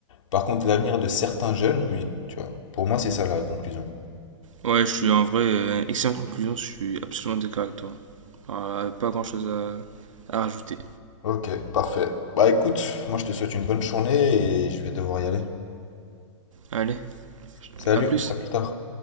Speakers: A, on the left; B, on the right.
A: Par contre, l'avenir de certains jeunes, oui, tu vois. Pour moi, c'est ça la conclusion.
B: Ouais, je suis en vrai, euh, excellente conclusion, je suis absolument d'accord avec toi. Alors, euh, pas grand chose à, à rajouter.
A: Ok, parfait. Bah écoute, moi je te souhaite une bonne journée et je vais devoir y aller.
B: Allez,
A: Salut,
B: à plus.
A: à plus tard.